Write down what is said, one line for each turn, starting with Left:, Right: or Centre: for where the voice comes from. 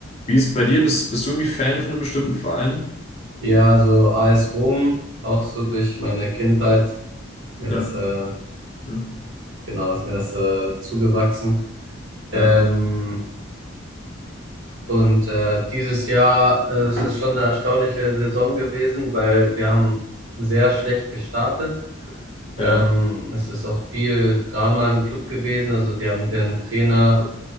Left: wie ist bei dir? Bist, bist du irgendwie Fan von einem bestimmten Verein?
Right: Ja, so AS Rom, auch so durch meine Kindheit, mir das,
Left: Ja.
Right: äh,
Left: Hm.
Right: genau, ist mir das, äh, zugewachsen. Ähm,
Left: Ja,
Right: Und äh, dieses Jahr äh, es ist schon eine erstaunliche Saison gewesen, weil wir haben sehr schlecht gestartet. Ähm,
Left: ja.
Right: es ist auch viel Drama im Club gewesen. Also wir haben den Trainer,